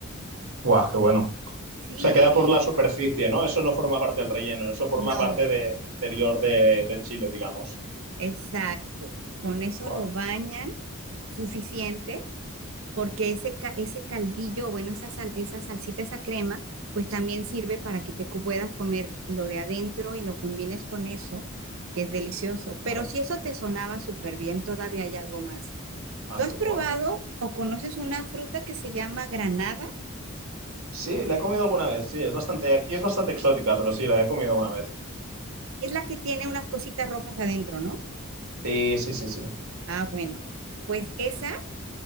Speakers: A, on the right; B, on the right.
A: Guau, qué bueno. O
B: Sí,
A: sea, queda por la superficie, ¿no? Eso no forma parte del relleno, eso forma
B: no,
A: parte del exterior de- del chile, digamos.
B: exacto, con eso
A: Buah,
B: lo
A: qué
B: bañan suficiente porque ese, ca- ese caldillo, bueno, esa sal- esa salsita, esa crema, pues también sirve para que te co- puedas comer lo de adentro y lo combines con eso, que es delicioso.
A: bueno,
B: Pero
A: ¿eh?
B: si eso te sonaba súper bien, todavía hay algo más.
A: Ah,
B: ¿Tú
A: sí,
B: has
A: buah.
B: probado o conoces una fruta que se llama granada?
A: Sí, la he comido alguna vez, sí, es bastante, aquí es bastante exótica, pero sí, la he comido alguna vez.
B: Es la que tiene unas cositas rojas adentro, ¿no?
A: Sí, sí, sí, sí.
B: Ah, bueno, pues esa,